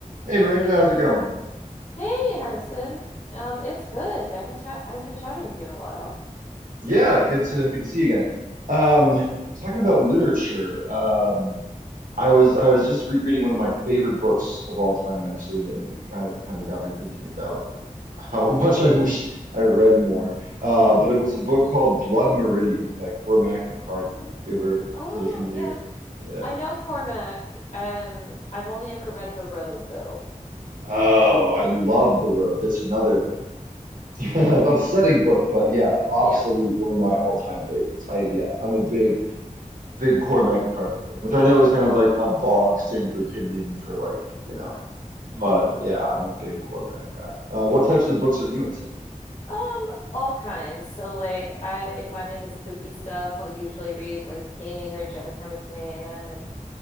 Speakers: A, on the right; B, on the left.
A: Hey Miranda, how's it going?
B: Hey, Harrison. Um, it's good. I haven't chat I haven't chatted with you in a while.
A: Yeah, good to good to see you again. Um, talking about literature, um, I was I was just rereading one of my favorite books of all time, actually, and it kind of kind of got me thinking about how <laughs> much I wish I read more. Uh,
B: <laughs>
A: but it was a book called Blood Meridian by Cormac McCarthy. You ever,
B: Oh,
A: is that a familiar?
B: yeah.
A: Yeah.
B: I know Cormac. Um, I've only ever read The Road though.
A: Oh, I love The Road. That's another <laughs> upsetting book, but yeah,
B: Yeah.
A: absolute one of my all-time favorites. I yeah, I'm a big big Cormac McCarthy fan, which I know is kind of like a bog standard opinion for like, you know, but yeah, I'm a big Cormac guy. Uh, what types of books are you into?
B: Um, all kinds. So like I if I'm into spooky stuff, I'll usually read like King or Jennifer McMahon and